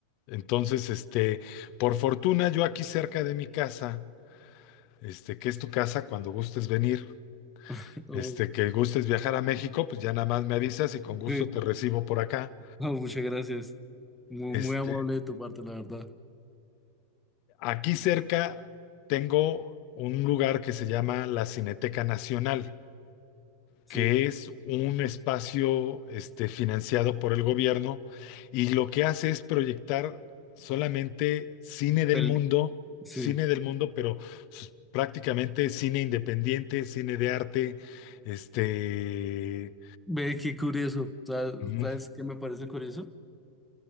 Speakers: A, on the left (about 45°); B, in the centre.
A: Entonces, este, por fortuna, yo aquí cerca de mi casa, este, que es tu casa, cuando gustes venir,
B: <laughs> Oh,
A: este, que gustes viajar a México, pues ya nada más me avisas y con gusto
B: sí,
A: te recibo por acá.
B: no, muchas gracias. Muy,
A: Este,
B: muy amable de tu parte, la verdad.
A: aquí cerca tengo un lugar que se llama la Cineteca Nacional.
B: Sí,
A: que es un espacio este, financiado por el gobierno y lo que hace es proyectar solamente cine del
B: pel-
A: mundo,
B: sí.
A: cine del mundo, pero s- prácticamente cine independiente, cine de arte, este...
B: Ve, qué curioso. ¿Sabes,
A: ujú,
B: sabes qué me parece curioso?